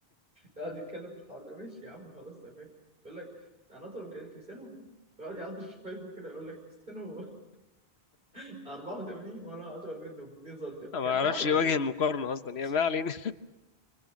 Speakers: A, on the right (about 55°); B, on the left (about 80°).
A: يقعد يتكلم في الحوار ده ماشي يا عم خلاص تمام يقول لك انا اطول من كريستيانو يقعد يقعد في شفايفه كده يقول لك كريستيانو <laughs> 84 وانا اطول منه ب 2 سم كان
B: انا ما اعرفش
A: حوار كده
B: وجه المقارنه
A: <laughs>
B: اصلا
A: مش
B: يعني ما علينا